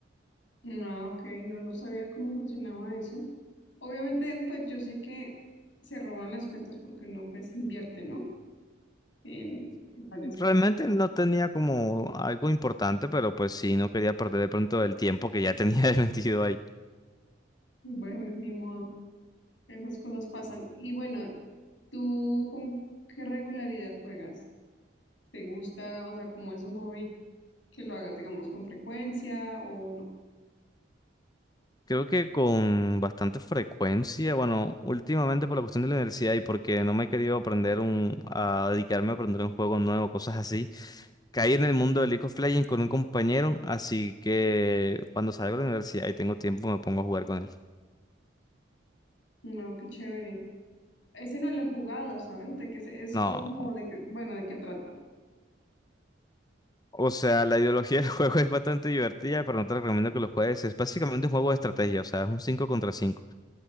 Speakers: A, on the left (about 85°); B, on the left (about 20°).
A: Ah, ok, no, no sabía cómo funcionaba eso. Obviamente, pues yo sé que se roban las cuentas porque uno pues invierte, ¿no? En varias cosas.
B: Realmente no tenía como algo importante, pero pues sí, no quería perder de pronto el tiempo que ya tenía <laughs> metido ahí.
A: Bueno, ni modo, esas cosas pasan. Y bueno, ¿tú con qué regularidad juegas? ¿Te gusta? O sea, como es un hobby que lo hagas, digamos, con frecuencia o no.
B: Creo que con bastante frecuencia, bueno, últimamente por la cuestión de la universidad y porque no me he querido aprender un, a dedicarme a aprender un juego nuevo, cosas así. Caí en el mundo de League of Legends con un compañero, así que cuando salgo de la universidad y tengo tiempo me pongo a jugar con él.
A: No, qué chévere. Ese no lo he jugado, ¿sabes? De que se- es
B: No,
A: como de que, bueno, ¿de qué trata?
B: o sea, la ideología del <laughs> juego es bastante divertida, pero no te recomiendo que lo juegues. Es básicamente un juego de estrategia, o sea, es un 5 contra cinco